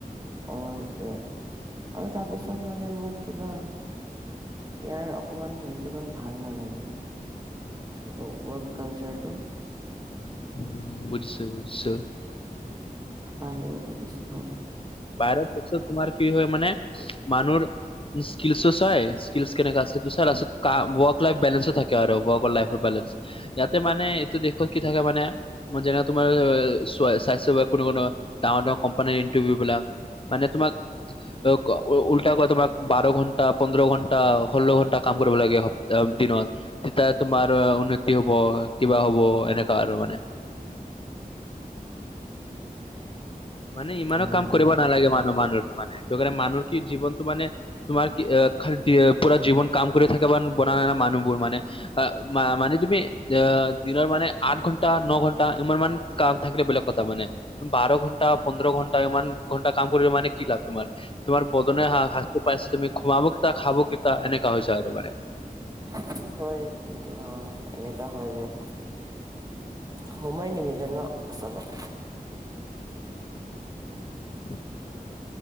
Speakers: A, on the right (about 25°); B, on the left (about 35°).
A: অ'! সেইটোৱে! আৰু তাৰপিছত মানে, মোক কিবা ইয়াৰ অকমান, হেৰিটো ইমান ভাল নালাগে! কি ক'ম! ৱৰ্ক কালচাৰটো।
B: উম! বুজিছোঁ, বুজিছোঁ।
A: বাহিৰৰতো বেছি ভাল!
B: বাহিৰততো চব তোমাৰ, কি হয় মানে, মানুহৰ স্কিলচো চাই, স্কিল কেনেকা আছে সেইতো চাই। তাৰপিছত, ৱৰ্ক লাইফ বেলেঞ্চো থাকে আৰু ৱৰ্কৰ লাইফৰ বেলেঞ্চ। ইয়াতে মানে, এইটো দেশত কি থাকে মানে মই, যেনে তোমাৰ, স্বাস্থ্য বা কোনো -কোনো, ডাঙৰ -ডাঙৰ কোম্পানীৰ ইন্টাৰভিউ বিলাক মানে তোমাক অ'- উল্টা কোৱা তোমাক, বাৰ ঘণ্টা, পোন্ধৰ ঘণ্ টাও ষোল্ল ঘন্টা কাম কৰিব লাগে হ- একদিনত। তেতিয়া তোমাৰ উন্নতি হব, কিবা হ'ব, এনেকুৱা আৰু মানে। মানে ইমানো
A: অ',
B: কাম
A: সেনেকে
B: কৰিব নালাগে মানুহ- মানুহৰ মানে। টো কাৰণে মানুহৰ কি জীৱনটো মানে তোমাৰ কি? অ'! খালি পুৰা জীৱন কাম কৰি থাকিবা, <unintelligible> মানুহবোৰ মানে। অ'! মানে, তুমি অ'! দিনৰ মানে, আঠ ঘন্টা, ন ঘন্টা ইমান মান কাম থাকিলে বেলেগ কথা মানে। বাৰ ঘণ্টা পোন্ধৰ ঘণ্টা, ইমান ঘণ্টা কাম কৰিলে মানে, কি লাভ তোমাৰ? তোমাৰ <unintelligible> পাইছে। তুমি ঘুমাব টা খাব কেইটা, এনেকা হৈছে আৰু মানে।
A: সেইটো হয়। কিন্তু অ, এনেকুৱা হৈ যায়। সময় নিমিলে ন' আচলত
B: <inaudible>